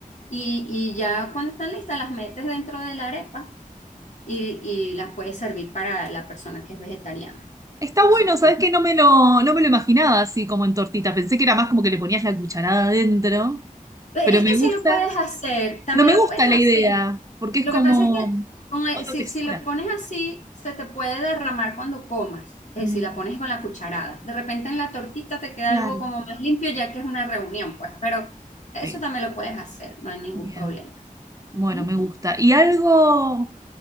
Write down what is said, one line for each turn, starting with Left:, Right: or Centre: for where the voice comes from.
Left: y, y ya cuando están listas las metes dentro de la arepa y, y las puedes servir para la persona que es vegetariana.
Right: Está
Left: Eso
Right: bueno, ¿sabes
Left: pues.
Right: que No me lo, no me lo imaginaba así como en tortita. Pensé que era más como que le ponías la cucharada adentro,
Left: Eh,
Right: pero
Left: Es
Right: me
Left: que
Right: gusta,
Left: sí lo puedes hacer, también
Right: pero me
Left: lo
Right: gusta
Left: puedes
Right: la
Left: hacer.
Right: idea, porque es
Left: Lo
Right: como
Left: que pasa es que con el-
Right: otra
Left: si,
Right: textura.
Left: si lo pones así, se te puede derramar cuando comas, eh,
Right: Mm,
Left: si la pones con la cucharada. De repente en la tortita te queda
Right: Claro.
Left: algo como más limpio ya que es una reunión, pues, pero eso
Right: Sí,
Left: también lo puedes hacer, no hay ningún
Right: bien.
Left: problema.
Right: Bueno,
Left: Ujú.
Right: me gusta. ¿Y algo,